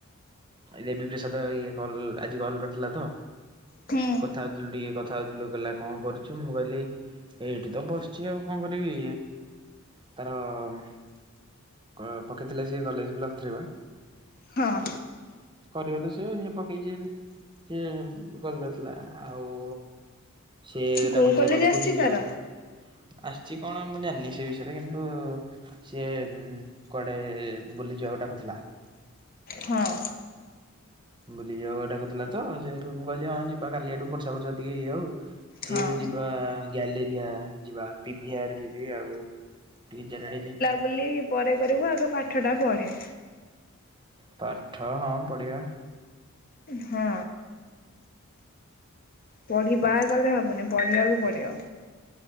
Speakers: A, on the right (about 20°); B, on the left (about 40°).
A: ଦେବୀ ପ୍ରସାଦ ଇଏ କଲ୍ ଆଜି କଲ୍ କରିଥିଲା ତ?
B: ହୁଁ
A: କଥା ହଉଥିଲୁ ଟିକେ, କଥା ହଉଥିଲୁ କହିଲା କଣ କରୁଛୁ? ମୁଁ କହିଲି ଏଇଠି ତ ବସିଛି, ଆଉ କଣ କରିବି? ତାର-ଅମ୍ ଅ ପକେଇଥିଲେ ସିଏ କଲେଜ ପ୍ଲସ୍ ଥ୍ରୀ ବା?
B: ହଁ।
A: କରିବା ତ ସିଏ। ହିଏ ପକେଇଛିି, ସିଏ କଲ୍ କରିଥିଲା, ଆଉ ସିଏ
B: କୋଉ
A: ଡାକୁଥିଲା,
B: କଲେଜ
A: କୁଆଡେ
B: ଆସିଛି
A: ବୁଲି
B: ତାର?
A: ଯିବାକୁ? ଆସିଛି କଣ ମୁଁ ଜାଣିନି ସେ ବିଷୟରେ, କିନ୍ତୁ ସିଏମ୍ କୁଆଡେ ବୁଲି ଯିବାକୁ ଡାକୁଥିଲା।
B: ହଁ।
A: ବୁଲି ଯିବାକୁ ଡାକୁଥିଲା ତ, ସେ ମୁଁ କହିଲି ହଁ ଯିବା କାଲି ଆଡକୁ ବର୍ଷା ଫର୍ଷା ଟିକେ ଇଏ ହଉ। ସିଏ
B: ହଁ।
A: ବି ଯିବା ଗ୍ୟାଲେରିଆ ଯିବା। ପିଭିିଆର ଯିବି ଆଉ, ଭିଜର ଆଡେ ଯେ
B: ବୁଲି ପରେ କରିବୁ, ଆଗ ପାଠଟା ପଢ଼େ।
A: ପାଠ ହଁ ପଢ଼ିବା।
B: ହଁ। ପଢିବା
A: ପା
B: କଲେ ହବନି, ପଢ଼ିବାକୁ ପଡିବ।